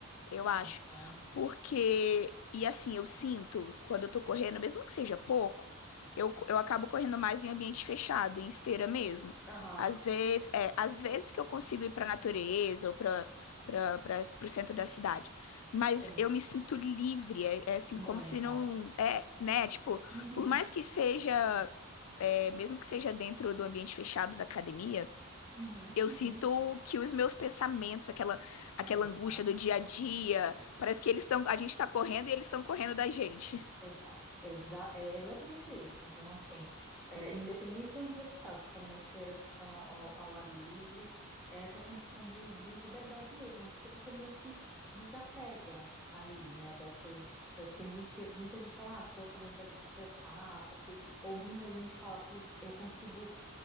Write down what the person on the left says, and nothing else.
eu acho.
Porque, e assim, eu sinto, quando eu tô correndo, mesmo que seja pouco, eu, eu acabo correndo mais em ambiente fechado, em esteira mesmo.
Às vezes, é, às vezes que eu consigo ir pra natureza ou pra, pra, pra, pro centro da cidade. Mas
eu me sinto livre, é, é assim,
como se não. É, né? Tipo,
por mais que seja. é, mesmo que seja dentro do ambiente fechado da academia,
eu
sinto que os meus pensamentos, aquela, aquela
angústia do dia a dia, parece que eles estão, a gente tá correndo e eles estão correndo da gente.